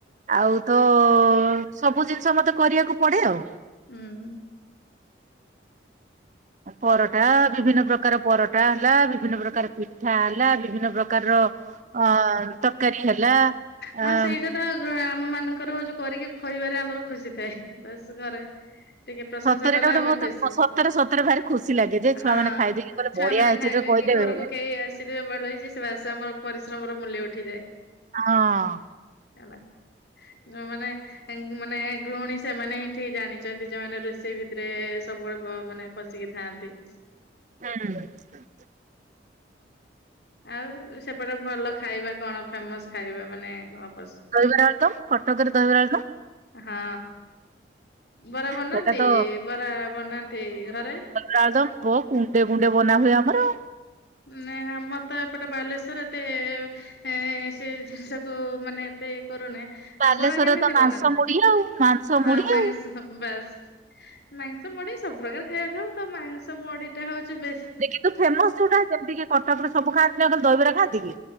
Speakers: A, on the right; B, on the left.
A: ଆଉ ତୋ ସବୁ ଜିନିଷ ମତେ କରିବାକୁ ପଡ଼େ ଆଉ।
B: ହୁଁ।
A: ପରଟା ବିଭିନ୍ନ ପ୍ରକାର ପରଟା ହେଲା ବିଭିନ୍ନ ପ୍ରକାର ପିଠା ହେଲା ବିଭିନ୍ନ ପ୍ର କାରର ଅ ତରକାରୀ ହେଲା
B: ହଁ
A: ଆ
B: ସେଇଟା ତ ଆମ ମାନଙ୍କର ହଉଚି କରିକି ଖୁଆଇବାରେ ଆମର ଖୁସି ଥାଏ ବାସ ଘରେ। ଟିକେ ପ୍ରଶଂସା
A: ସତରେ
B: କଲେ
A: ଏଟା
B: ଆମେ
A: ଗୋଟେ
B: ଖୁସି
A: ବହୁତ ସତରେ ସତରେ ଭାରି ଖୁସି ଲାଗେ ଯେ ଛୁଆ
B: ହଁ
A: ମାନେ ଖାଇଦେଇକି କହିଲେ
B: ଛୁଆମାନେ
A: ବଢିଆ ହେଇଛି
B: ଖାଇବେ
A: ତ କହିଦେବେ
B: କି ଘରକୁ କେହି <unintelligible> ସେ ବାସ ଆମର ପରିଶ୍ରମର ମୂଲ୍ୟ ଉଠିଯାଏ।
A: ଅଁ।
B: ଆଲା ଯମାନେ ଏନ୍ ମାନେ ଗୃହଣୀ ସେମାନେ ହିଁ ଠିକ୍ ଜାଣିଚନ୍ତି ଯଉମାନେ ରୋଷେଇ ଭିତରେ ସବୁବେଳେ ପ ମାନେ ପଶିକି ଥାଆନ୍ତି।
A: <inaudible>
B: ଆଉ ସେପଟେ ଭଲ ଖାଇବା କଣ ଫେମସ୍ ଖାଇବା ମାନେ ଘ ପସ୍
A: ଦହିବରା, ଆଳୁଦମ୍ କଟକରେ ଦହିବରା, ଆଲଦମ୍।
B: ହଁ ବରା ବନାନ୍ତି
A: ସେଟା ତ
B: ବରା ବନାନ୍ତି ଘରେ?
A: ରାଦ ପୋ କୁଣ୍ଡେ କୁଣ୍ଡେ ବନା ହୁଏ ଆମର।
B: ନା ଆମର ତ ଏପଟେ ବାଲେଶ୍ଵର ଏତେ ଏଁ ସେ ଜିନିଷକୁ ମାନେ ତେ କରୁନି
A: ବାଲେଶ୍ଵରରେ
B: ଆଁ ବରା କେମିତି
A: ତ ମାଂସ
B: ବନା
A: ମୁଢି ଆଉ ମାଂସ
B: ହଁ
A: ମୁଢି
B: ମା
A: ଆଉ।
B: <unintelligible> ସ୍ ବାସ୍ ମାଂସ, ମୁଡି ସବୁପ୍ରକାର ଖାଇବା ଖାଉ ତ ମାଂସ ମୁଢି ଟା ହଉଚି ବେଶ୍
A: ଯୋଉ ଫେମସ୍ ଯୋଉଟା ଯମିତି କି କଟକରେ ସବୁ ଖାଆନ୍ତି <unintelligible> ଦଇବରା ଖାଆନ୍ତି କି?